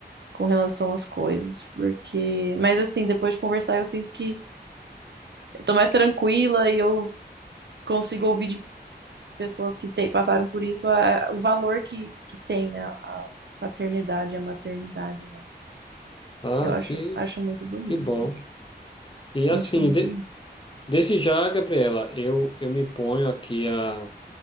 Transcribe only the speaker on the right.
com relação às coisas. Porque, mas assim, depois de conversar, eu sinto que eu tô mais tranquila e eu consigo ouvir de pessoas que te- passaram por isso a- o valor que, que tem a, a paternidade e a maternidade, né?
Eu acho,
acho muito bonito.
Acho
muito
bonito.